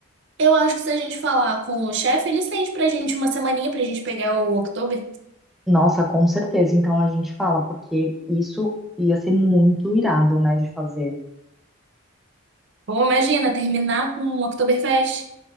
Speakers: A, on the right; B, in the centre.
A: Eu acho que se a gente falar com o chefe, ele estende pra gente uma semaninha pra gente pegar o Oktober.
B: Nossa, com certeza. Então a gente fala, porque isso ia ser muito irado, né, de fazer.
A: Ou imagina, terminar com o Oktoberfest.